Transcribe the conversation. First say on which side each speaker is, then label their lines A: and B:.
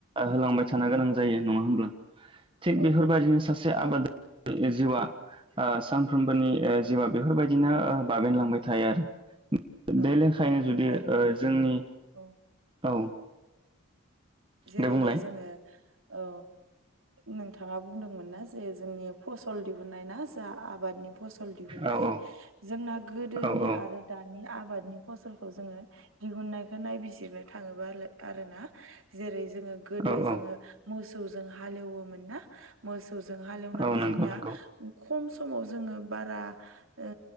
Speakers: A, on the right; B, on the right.
A: होलांबाय थानो गोनां जायो नङा होमब्ला थिग
B: औ
A: बेफोरबायदिनो
B: औ
A: सासे आबाद <unintelligible> जिउआ ओ सानफ्रोमबोनि ओ जिउआ बेफोरबायदिनो ओ बाबेनलांबाय थायो आरो
B: औ
A: बे लेखायनो जुदि
B: जेरैहाय
A: ओ जोंनि
B: औ
A: औ
B: जेरैहाय
A: दे बुंलाय
B: जोङो औ नोंथाङा बुंदोंमोन ना जे जोंनि फसल दिहुननाय ना जा आबादनि फसल दिहुनाय
A: औ औ
B: जोंना गोदोनि
A: औ
B: आरो दानि आबादनि फसलखौ जोङो दिहुननायखौ नायबिजिरनो थाङोबा आरो ना जेरै जोङो गोदो
A: औ
B: जोङो
A: औ
B: मोसौजों हालेवोमोन ना मोसौजों हालेवनानै
A: औ नंगौ
B: जोंनिया
A: नंगौ
B: खम समाव जोङो बारा ओ